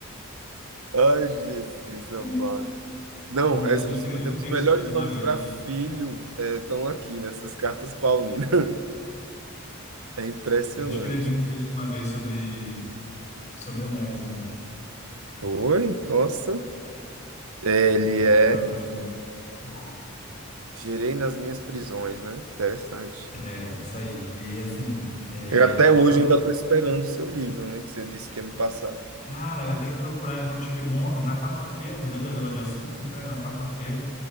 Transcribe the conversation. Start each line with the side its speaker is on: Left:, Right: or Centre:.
Right: Ai, Jesus amado.
Left: <laughs>
Right: Não,
Left: Onésimo,
Right: es- os,
Left: eu escrevi um
Right: os
Left: texto
Right: melhores
Left: sobre ele uma
Right: nomes
Left: vez.
Right: para filho eh, estão aqui nessas cartas paulinas. <laughs> É impressionante.
Left: Eu escrevi um texto uma vez sobre, sobre Onésimo.
Right: Oi, nossa. É, Ele
Left: Foi,
Right: é.
Left: foi um texto muito, muito bom.
Right: Gerei nas minhas prisões, né? Interessante.
Left: É, isso aí. E assim, é,
Right: Eu até
Left: a história.
Right: hoje ainda estou esperando o seu livro, né? Que você disse que ia me passar.
Left: Cara, eu tenho que procurar. Eu não tive. um- Na quarta-feira, mudando de agora de assunto, né? Na quarta-feira,